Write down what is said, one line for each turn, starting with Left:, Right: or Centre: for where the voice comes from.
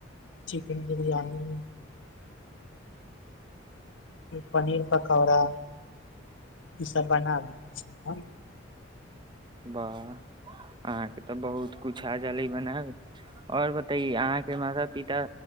Left: चिकेन बिरयनी पनीर पकौड़ा ई सब बना द छै
Right: वाह अहाँके तऽ बहुत किछ आ जलै बनाबै आओर बतै अहाँके माता पिता